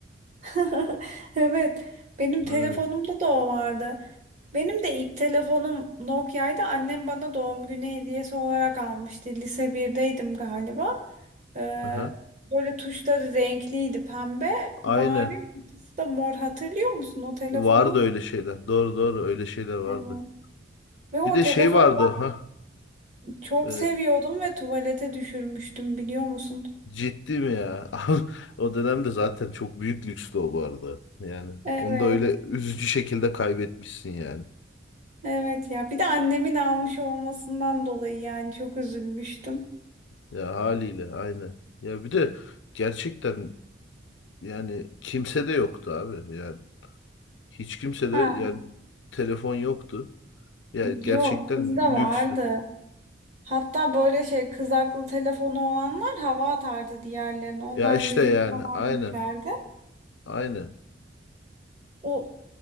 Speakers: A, on the right; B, on the left.
A: <laughs> Evet, benim telefonumda
B: Aynen.
A: da o vardı. Benim de ilk telefonum Nokia'ydı. Annem bana doğum günü hediyesi olarak almıştı. Lise birdeydim galiba. Ee,
B: Aha.
A: böyle tuşları renkliydi. Pembe,
B: Aynen.
A: mavi, ortası da mor. Hatırlıyor musun o telefonu?
B: Vardı öyle şeyler. Doğru doğru öyle şeyler vardı.
A: Evet. Ve o
B: Bir de
A: telefonu
B: şey vardı. Ha.
A: ben çok
B: e,
A: seviyordum ve tuvalete düşürmüştüm biliyor musun?
B: ciddi mi ya? <laughs> O dönemde zaten çok büyük lükstü o bu arada. Yani
A: Evet,
B: onu da öyle üzücü şekilde kaybetmişsin yani.
A: evet ya. Bir de annemin almış olmasından dolayı yani çok üzülmüştüm.
B: Ya haliyle aynen. Ya bir de gerçekten yani kimse de yoktu abi. Yani hiç kimse
A: Ha.
B: de yani telefon yoktu. Ya gerçekten
A: Yok bizde vardı.
B: lükstü.
A: Hatta böyle şey kızaklı telefonu olanlar hava atardı diğerlerine. Onlar
B: Ya işte
A: müzik
B: yani
A: falan
B: aynen.
A: yüklerdi.
B: Aynen.
A: O